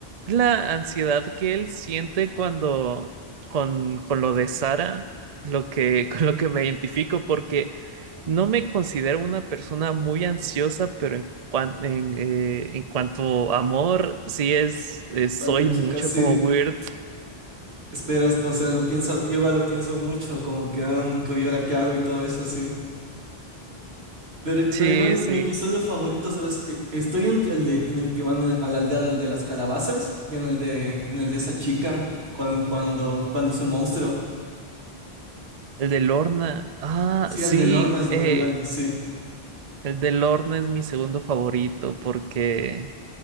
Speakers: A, on the right; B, on the right.
A: la ansiedad que él siente cuando con, con lo de Sara, lo que, <laughs> con lo que me identifico, porque no me considero una persona muy ansiosa, pero en, cuan- en, eh, en cuanto a amor, sí es, es-
B: cuando
A: soy
B: chicas,
A: mucho
B: sí,
A: como weird.
B: esperas, o sea, lo piensas, yo igual lo pienso mucho, como que, ah, ¿y ahora qué hago y todo eso, sí. Pero,
A: Sí,
B: pero igual,
A: sí.
B: mi episodio favorito, ¿sabes? E- Estoy entre el de en el que van eh, a la aldea del de las calabazas y en el de en el de esa chica cuando cuando cuando es un monstruo.
A: El de Lorna. Ah,
B: Sí,
A: sí,
B: el de Lorna es
A: eh,
B: muy bueno, sí.
A: el de Lorna es mi segundo favorito porque